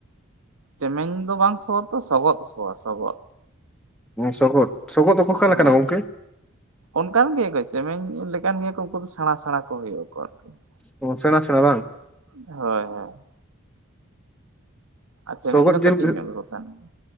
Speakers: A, on the right; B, in the centre.
A: ᱪᱮᱢᱮᱝ ᱫᱚ ᱵᱟᱝ ᱥᱚᱣᱟ ᱛᱚ ᱥᱚᱜᱚᱫ ᱥᱚᱣᱟ ᱥᱚᱜᱚᱫ ᱾
B: ᱥᱚᱜᱚᱫ ᱥᱚᱜᱚᱫ ᱫᱚ ᱚᱠᱟᱞᱮᱠᱟᱱᱟ
A: ᱦᱮᱸ
B: ᱜᱚᱝᱠᱮ ᱾
A: ᱚᱱᱠᱟᱱ ᱜᱮᱭᱟ ᱠᱚ ᱪᱮᱢᱮᱧ ᱞᱮᱠᱟᱱ ᱜᱮᱭᱟ ᱠᱚ ᱩᱱᱠᱩ ᱫᱚ ᱥᱮᱬᱟ ᱥᱮᱬᱟ ᱠᱚ ᱦᱩᱭᱩᱜ ᱟᱠᱚ ᱟᱨᱠᱤ ᱾
B: ᱚ ᱥᱮᱬᱟ ᱥᱮᱬᱟ ᱵᱟᱝ ᱾
A: ᱦᱳᱭ ᱦᱳᱭ ᱾ ᱟᱨ ᱪᱮᱢᱮᱧ
B: ᱥᱚᱜᱚᱫ
A: ᱫᱚ
B: ᱡᱤᱞ
A: ᱠᱟᱹᱴᱤᱡ ᱧᱚᱜ ᱜᱮᱠᱚ ᱛᱟᱦᱮᱱᱟ